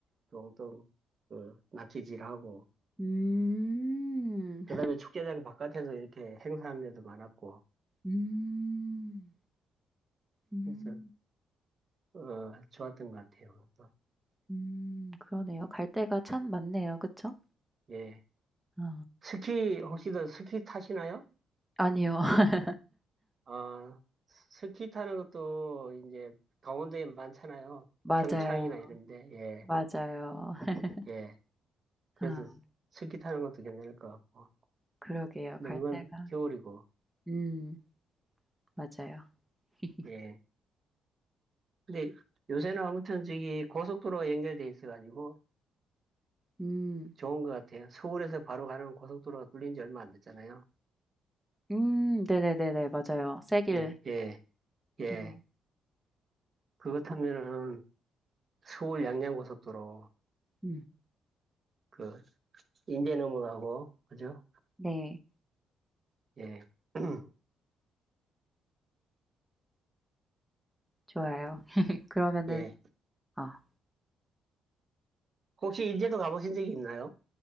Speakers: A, on the right; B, in the centre.
A: 똥똥, 그, 낚시질하고,
B: 음.
A: 그 다음에 축제장 바깥에서 이렇게 행사하는 데도 많았고,
B: 음. 음.
A: 그래서, 어, 좋았던 것 같아요, 또.
B: 음 그러네요. 갈 데가 참 많네요. 그쵸?
A: 예.
B: 어.
A: 스키, 혹시 더 스키 타시나요?
B: 아니요. <laughs>
A: 아, 스키 타는 것도 이제 강원도에 많잖아요.
B: 맞아요.
A: 평창이나 이런데, 예,
B: 맞아요. <laughs>
A: 예. 그래서
B: 아
A: 스키 타는 것도 괜찮을 것 같고.
B: 그러게요.
A: 근데
B: 갈
A: 그건
B: 데가
A: 겨울이고,
B: 음 맞아요. <laughs>
A: 예. 근데 요새는 아무튼 저기 고속도로가 연결돼 있어가지고
B: 음.
A: 좋은 것 같아요. 서울에서 바로 가는 고속도로가 뚫린 지 얼마 안 됐잖아요.
B: 음 네네네네. 맞아요. 세길
A: 예, 예, 예.
B: 음.
A: 그거 타면은 서울 양양 고속도로,
B: 음.
A: 그, 인제 넘어가고, 그죠?
B: 네.
A: 예, <clears throat>
B: 좋아요. <laughs> 그러면은
A: 예.
B: 아
A: 혹시 인제도 가보신 적이 있나요?